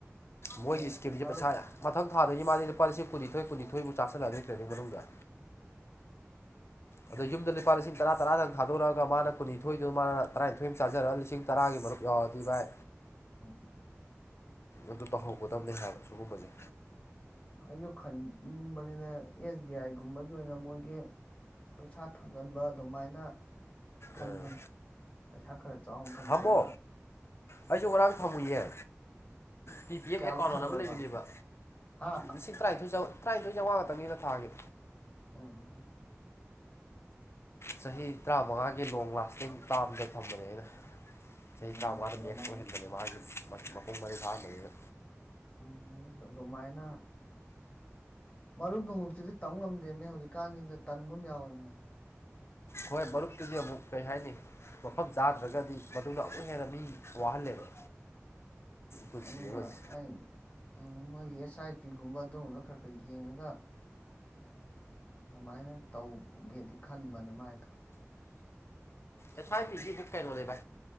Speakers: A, on the left; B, on the left.
A: ꯃꯣꯏ
B: ꯑꯩꯅ
A: ꯏꯁꯀꯤꯦ
B: ꯃꯔꯨꯞ
A: ꯄꯁꯥ ꯃꯊꯪ ꯊꯥꯗꯒꯤ ꯃꯥꯅꯤ ꯂꯨꯄꯥ ꯂꯤꯁꯤꯡ ꯀꯨꯟꯅꯤꯊꯣꯏ ꯀꯨꯟꯅꯤꯊꯣꯏꯕꯨ ꯆꯥꯁꯤꯟꯅ ꯂꯩꯇ꯭ꯔꯦꯒꯤ ꯃꯅꯨꯡꯗ ꯑꯗꯨꯗꯣ ꯌꯨꯝꯗ ꯂꯨꯄꯥ ꯂꯤꯁꯤꯡ ꯇꯔꯥ ꯇꯔꯥꯗꯪ ꯊꯥꯗꯣꯔꯛꯑꯒ ꯃꯥꯅ ꯀꯨꯟꯅꯤꯊꯣꯏꯗꯨ ꯃꯥꯅ ꯇꯔꯥꯅꯤꯊꯣꯏ ꯑꯃ ꯆꯥꯖꯔꯒ ꯂꯤꯁꯤꯡ ꯇꯔꯥꯒꯤ ꯃꯔꯨꯞ ꯌꯥꯎꯑꯗꯤ ꯚꯏ
B: ꯎꯝ
A: ꯑꯗꯨ ꯇꯧꯍꯧꯒꯗꯕꯅꯤ ꯍꯥꯏꯕ ꯁꯤꯨꯒꯨꯝꯕꯁꯦ
B: ꯑꯩꯁꯨ ꯈꯟꯕꯅꯤꯅ ꯑꯦꯁ ꯕꯤ ꯑꯥꯏꯒꯨꯝꯕꯒꯤ ꯑꯣꯏꯅ ꯃꯣꯏꯒꯤ ꯄꯩꯁꯥ ꯊꯝꯖꯤꯟꯕ ꯑꯗꯨꯃꯥꯏꯅ ꯈꯟꯕꯟ
A: ꯎꯝ
B: ꯄꯩꯁꯥ ꯈꯔ ꯆꯥꯎꯅ ꯊꯝꯖꯤꯜꯂꯒ
A: ꯊꯝꯃꯣ ꯑꯩꯁꯨ ꯉꯔꯥꯡ ꯐꯝꯃꯨꯌꯦꯦ ꯄꯤ ꯄꯤ ꯑꯦꯐ
B: ꯀꯌꯥꯃꯨꯛ
A: ꯑꯦꯀꯥꯎꯟ
B: ꯊꯝꯈ꯭ꯔꯕ
A: ꯑꯃ ꯂꯩꯕꯤꯅꯦꯕ
B: ꯍꯥ
A: ꯂꯤꯁꯤꯡ ꯇꯔꯥꯅꯤꯊꯣꯏ ꯆꯥ ꯇꯔꯥꯗꯣꯏ ꯌꯥꯝ ꯋꯥꯒꯛꯇꯕꯅꯤꯅ ꯊꯥꯒ
B: ꯑꯝ
A: ꯆꯍꯤ ꯇꯔꯥꯃꯉꯥꯒꯤ ꯂꯣꯡ ꯂꯥꯁꯇꯤꯡ ꯇꯥꯕꯗ ꯊꯝꯕꯅꯦ
B: ꯎꯝ
A: ꯑꯩꯅ ꯆꯍꯤ ꯀꯥ ꯃꯥꯅ
B: ꯑꯗꯨꯃꯥꯏꯅ
A: ꯃꯦꯛꯁ ꯑꯣꯏꯍꯟꯕꯅꯦ ꯃꯥꯒꯤ ꯃꯄꯨꯝ ꯃꯔꯩ ꯐꯥꯡꯕꯅꯦꯕ
B: ꯎ ꯑꯗꯨꯃꯥꯏꯅ ꯃꯔꯨꯞ ꯁꯤꯗꯤ ꯇꯝ ꯉꯝꯗꯦꯃꯦ ꯍꯧꯖꯤꯛꯀꯥꯟꯁꯤꯗ ꯇꯟꯕ ꯑꯃ ꯌꯥꯎꯋꯝꯃꯦ
A: ꯍꯣꯏ ꯃꯔꯨꯞꯇꯨꯗꯤ ꯑꯃꯨꯛ ꯀꯔꯤ ꯍꯥꯏꯅꯤ ꯃꯐꯝ ꯆꯥꯗ꯭ꯔꯒꯗꯤ ꯃꯗꯨꯗ ꯑꯃꯨꯛ ꯍꯦꯟꯅ ꯃꯤ ꯋꯥꯍꯜꯂꯦꯕ
B: <inaudible>
A: ꯄꯨꯟꯁꯤ
B: ꯑꯗꯨꯔꯅ
A: ꯑꯃꯁꯦ
B: ꯑꯗꯤ ꯎꯝ ꯃꯣꯏꯒꯤ ꯑꯦꯁ ꯑꯥꯏ ꯄꯤꯒꯨꯝꯕ ꯑꯗꯨꯒꯨꯝꯕ ꯈꯔ ꯈꯔ ꯌꯦꯡꯉꯒ ꯀꯃꯥꯏꯅ ꯇꯧꯒꯦꯗꯤ ꯈꯟꯕꯅꯦ ꯃꯥꯏꯗꯣ
A: ꯑꯦꯁ
B: ꯑꯗꯨꯅ
A: ꯑꯥꯏ ꯄꯤꯖ‌ꯦ ꯕꯨꯛ ꯀꯩꯅꯣꯅꯦ ꯚꯥꯏ